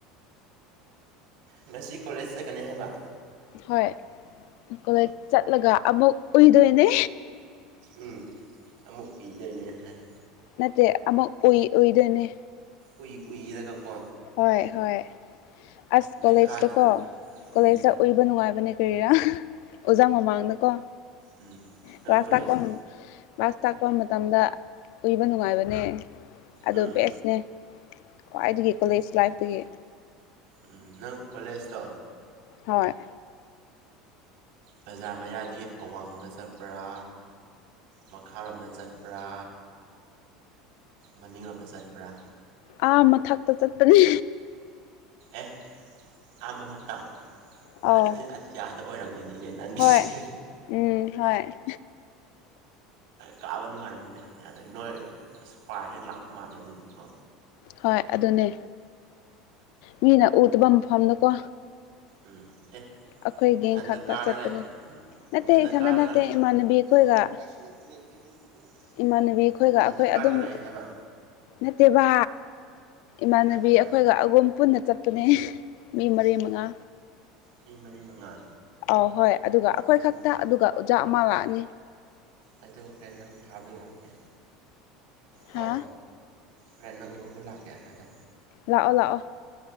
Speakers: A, on the right (about 75°); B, on the left (about 65°).
A: ꯉꯁꯤ ꯀꯣꯂꯦꯖ ꯆꯠꯀꯅꯤ ꯍꯥꯏꯕ
B: ꯍꯣꯏ ꯀꯣꯂꯦꯖ ꯆꯠꯂꯒ ꯑꯃꯨꯛ ꯎꯨꯏꯗꯣꯏꯅꯦ
A: ꯎꯝ ꯑꯃꯨꯛ ꯏꯗꯣꯏꯅꯦ ꯍꯥꯏ
B: ꯅꯠꯇꯦ ꯑꯃꯨꯛ ꯎꯏ ꯎꯏꯗꯣꯏꯅꯦ
A: ꯎꯏ ꯎꯏꯔꯒ ꯀꯣ
B: ꯍꯣꯏ ꯍꯣꯏ ꯑꯁ ꯀꯣꯂꯦꯖꯇ
A: ꯂꯩꯈꯥꯗꯨꯗ
B: ꯀꯣ ꯀꯣꯂꯦꯖꯇ
A: ꯎꯝ
B: ꯎꯏꯕ ꯅꯨꯡꯉꯥꯏꯕꯅꯦ ꯀꯔꯤꯔꯥ ꯑꯣꯖꯥ ꯃꯃꯥꯡꯗꯀꯣ
A: ꯎꯝ ꯅꯪ
B: ꯀ꯭ꯂꯥꯁ
A: ꯀꯣꯂꯦꯖ
B: ꯇꯥꯛꯄ ꯀ꯭ꯂꯥꯁ ꯇꯥꯛꯄ ꯃꯇꯝꯗ ꯎꯏꯕ ꯅꯨꯡꯉꯥꯏꯕꯅꯦ ꯑꯗꯣ
A: ꯎꯝ
B: ꯕꯦꯁꯅꯦ ꯈ꯭ꯋꯥꯏꯗꯒꯤ ꯀꯣꯂꯦꯖ ꯂꯥꯏꯐꯇꯒꯤ
A: ꯎꯝ ꯅꯪ ꯀꯣꯂꯦꯖꯇꯣ
B: ꯍꯣꯏ
A: ꯕꯖꯥꯔ ꯃꯌꯥꯢꯗꯒꯤ ꯑꯋꯥꯡꯂꯣꯝꯗ ꯆꯠꯄ꯭ꯔꯥ ꯃꯈꯥꯔꯣꯝꯗ ꯆꯠꯄ꯭ꯔꯥ ꯃꯅꯤꯡꯂꯣꯝꯗ ꯆꯠꯄ꯭ꯔꯥ
B: ꯑꯥ ꯃꯊꯛꯇ ꯆꯠꯄꯅꯦ
A: ꯑꯦ ꯑꯥ ꯃꯊꯛꯇ
B: ꯑꯥꯎ
A: ꯑꯗꯨꯗꯤ ꯑꯇꯤꯌꯥꯗ ꯑꯣꯏꯔꯝꯒꯅꯤ ꯅꯤꯅꯦ ꯅꯪꯒꯤꯁꯦ
B: ꯍꯣꯏ ꯎꯝ ꯍꯣꯏ
A: ꯀꯥꯕ ꯅꯨꯡꯉꯥꯏꯔꯝꯒꯅꯤ ꯑꯇꯤꯌꯥꯗ ꯅꯣꯏ ꯑꯁ ꯄꯥꯏꯔꯦ ꯂꯥꯞꯄ ꯃꯥꯜꯂꯦ ꯑꯗꯨꯗꯤꯀꯣ
B: ꯍꯣꯏ ꯑꯗꯨꯅꯦ ꯃꯤꯅ ꯎꯗꯕ ꯃꯐꯝꯗꯀꯣ
A: ꯎꯝ ꯑꯦ
B: ꯑꯩꯈꯣꯏ ꯒꯦꯡ
A: ꯏꯊꯟꯗ
B: ꯈꯛꯇ
A: ꯀꯥꯔ
B: ꯆꯠꯄꯅꯦ
A: ꯂꯩꯕ
B: ꯅꯠꯇꯦ
A: ꯏꯊꯟꯗ
B: ꯏꯊꯟꯇ
A: ꯀꯥꯔꯒ
B: ꯅꯠꯇꯦ
A: ꯂꯩꯕ
B: ꯏꯃꯥꯟꯅꯕꯤ
A: <unintelligible>
B: ꯑꯩꯈꯣꯏꯒ ꯏꯃꯥꯟꯅꯕꯤ ꯑꯩꯈꯣꯏꯒ
A: ꯅꯊꯟꯇ
B: ꯑꯩꯈꯣꯏ
A: ꯀꯥꯔꯒ
B: ꯑꯗꯨꯝ
A: ꯂꯩ ꯍꯥꯏꯕ
B: ꯅꯠꯇꯦꯕ ꯏꯃꯥꯟꯅꯕꯤ
A: ꯀꯅꯥ ꯀꯅꯥ
B: ꯑꯩꯈꯣꯏꯒ ꯑꯒꯨꯝ ꯄꯨꯟꯅ ꯆꯠꯄꯅꯦ ꯃꯤ ꯃꯔꯤ
A: ꯏꯁ
B: ꯃꯉꯥ
A: ꯃꯤ ꯃꯔꯤ ꯃꯉꯥ
B: ꯑ ꯍꯣꯏ ꯑꯗꯨꯒ ꯑꯩꯈꯣꯏ
A: ꯍꯣꯔꯦꯟ
B: ꯈꯛꯇ ꯑꯗꯨꯒ ꯑꯣꯖꯥ ꯑꯃ ꯂꯥꯛꯑꯅꯤ
A: ꯑꯗꯨ ꯍꯣꯔꯦꯟ ꯅꯪ ꯐꯥꯕ ꯂꯥꯛꯀꯦ ꯀꯣ
B: ꯍꯥ
A: ꯍꯣꯔꯦꯟ ꯅꯪ ꯂꯧꯕ ꯂꯥꯛꯀꯦ ꯍꯥꯏꯕ
B: ꯂꯥꯛꯑꯣ ꯂꯥꯛꯑꯣ